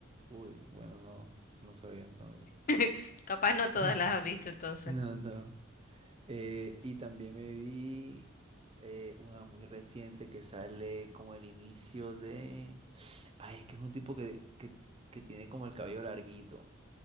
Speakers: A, on the right; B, on the left.
A: Uy, bueno, no, no sabía entonces.
B: <laughs> Capaz no todas
A: <laughs>
B: las has visto entonces.
A: No, no. Eh, y también me vi eh, una muy reciente que sale como el inicio de... Ay, es que es un tipo que, que, que tiene como el cabello larguito,